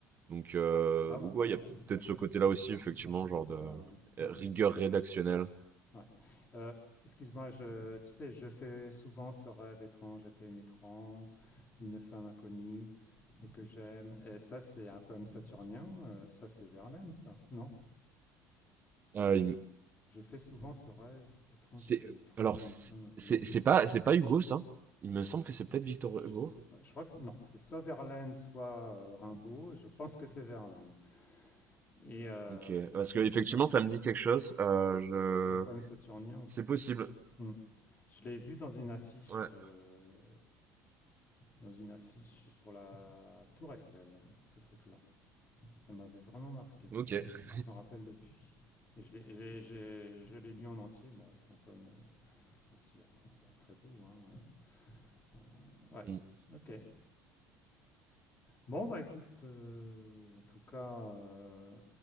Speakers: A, on the right; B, on the left.
A: donc, euh,
B: Bah voilà,
A: donc ouais, il
B: ouais.
A: y a peut-être
B: Bah ça
A: ce côté-là
B: c'est,
A: aussi, effectivement,
B: c'est ce côté-là,
A: genre de
B: ouais.
A: euh,
B: Ouais.
A: rigueur rédactionnelle.
B: Ouais. Euh, excuse-moi, je, tu sais, je fais souvent ce rêve étrange et pénétrant d'une femme inconnue et que j'aime. Et ça, c'est un poème saturnien. euh, ça, c'est Verlaine, ça. Non.
A: Ah, il me-
B: Je fais souvent ce rêve étrange
A: c'est,
B: et pénétrant
A: alors,
B: d'une
A: c'est
B: femme inconnue
A: c'est- c'est pas,
B: et que
A: c'est
B: j'aime.
A: pas Hugo, ça? Il me semble que c'est peut-être Victor
B: Je
A: Hugo.
B: sais pas. Je crois que c'est- non. C'est soit Verlaine, soit euh, Rimbaud. Je pense que c'est Verlaine. Et euh,
A: Ok,
B: je...
A: parce que effectivement,
B: alors,
A: ça
B: je sais
A: me dit
B: pas si
A: quelque
B: ça-
A: chose. Euh, je,
B: c'est un poème saturnien ou pas.
A: c'est possible.
B: Je sais pas. Hmm. Je l'ai vu dans une affiche.
A: Ouais.
B: euh, dans une affiche pour la Tour Eiffel, ce truc-là. ça m'avait vraiment marqué.
A: Ok.
B: Et je, je me rappelle depuis. Et je l'ai- j'ai- j'ai- je l'ai lu en entier. Bon, c'est un poème, euh, bien sûr, ah, bah, très beau. hein. Euh, ouais,
A: Mm.
B: ok. Bon, bah écoute, euh, en tout cas, euh,